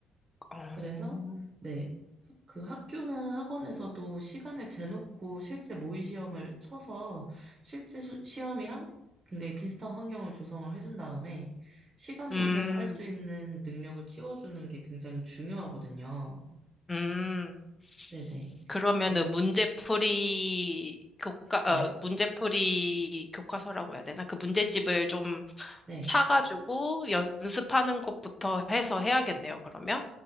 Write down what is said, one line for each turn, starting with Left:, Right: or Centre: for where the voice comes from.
Left: 어,
Right: 그래서, 네. 그 학교나 학원에서도 시간을 재놓고 실제 모의 시험을 쳐서 실제 수- 시험이랑 굉장히 비슷한 환경을 조성을 해준 다음에 시간
Left: 음,
Right: 분배를 할 수 있는 능력을 키워주는 게 굉장히 중요하거든요.
Left: 음.
Right: 네네.
Left: 그러면은
Right: 그래,
Left: 문제풀이 교과,
Right: 네.
Left: 어, 문제풀이 교과서라고 해야 되나? 그 문제집을 좀
Right: 네.
Left: 사가지고 연습하는 것부터 해서 해야겠네요, 그러면.